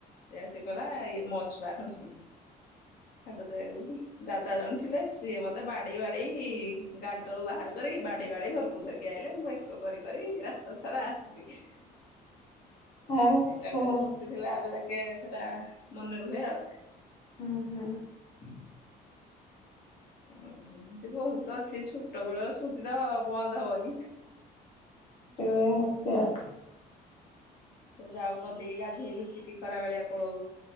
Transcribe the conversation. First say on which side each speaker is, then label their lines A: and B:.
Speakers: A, on the left (about 65°); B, on the left (about 35°).
A: ଏୟା ସେ କହିଲା ଇଏ ମୋ ଛୁଆ ନୁହୁଁ। ସେଠୁ ଦେଗୁ ଦା ତା ଜଣି ଥିଲେ ସିଏ ମୋତେ ବାଡ଼େଇ ବାଡ଼େଇ ଗାଡ଼ି ତଳୁ ବାହାର କରିକି ବାଡ଼େଇ ବାଡ଼େଇ ଘରକୁ ଧରିକି ଆଇଲେ। ମୁଁ ଏ ଏକ କରି କରି ରାସ୍ ତା ସାରା ଆସିଲି।
B: ଆଚ୍ଛା
A: ଏଟା ଗୋଟେ
B: ହୁଁ
A: ସ୍ମୃତି ଥିଲା ଏବେ ଯାଏ କେ ସେଟା ମନେ ରୁହେ ଆଉ।
B: ଉଁ ହୁଁ।
A: <inaudible> ଉଁ ଏମିତି ବହୁତ ଅଛି ଛୁଟ ବେଳର ସ୍ମୃତି ତ ବନ୍ଦ ହବନି।
B: ସେଗୁରା ଅଛି ଆଉ।
A: ସବୁ ଯାଉ ନଦୀ କିି ଗାଧେଇ ଲୁଚିକି ଖରା ବେଳିଆ ପଳଉ।